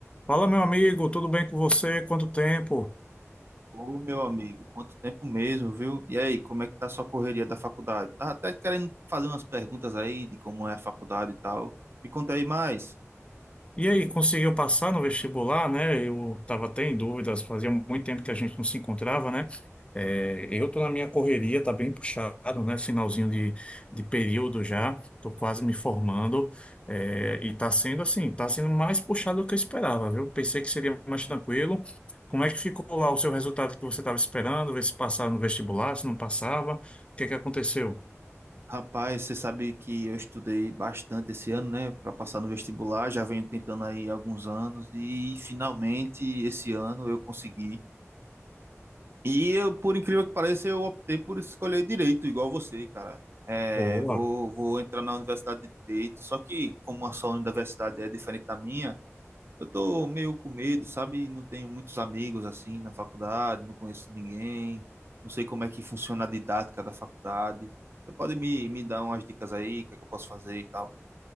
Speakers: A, on the left; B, on the right.
A: Fala, meu amigo, tudo bem com você? Quanto tempo?
B: Ô, meu amigo, quanto tempo mesmo, viu? E aí, como é que tá a sua correria da faculdade? Tá até querendo fazer umas perguntas aí de como é a faculdade e tal. Me conta aí mais.
A: E aí, conseguiu passar no vestibular, né? Eu estava até em dúvidas, fazia muito tempo que a gente não se encontrava, né? É, eu tô na minha correria, tá bem puxado, né? Finalzinho de, de período já, tô quase me formando, é, e tá sendo assim, tá sendo mais puxado do que eu esperava, viu? Pensei que seria mais tranquilo. Como é que ficou lá o seu resultado que você estava esperando? Ver se passava no vestibular, se não passava, o que que aconteceu?
B: Rapaz, você sabe que eu estudei bastante esse ano, né, para passar no vestibular, já venho tentando aí há alguns anos e finalmente esse ano eu consegui. E eu, por incrível que pareça, eu optei por escolher direito, igual você, cara. É,
A: Boa.
B: vou, vou entrar na Universidade de Direito, só que como a sua universidade é diferente da minha, Eu tô meio com medo, sabe? Não tenho muitos amigos assim na faculdade, não conheço ninguém, não sei como é que funciona a didática da faculdade. Você pode me, me dar umas dicas aí, o que é que eu posso fazer e tal?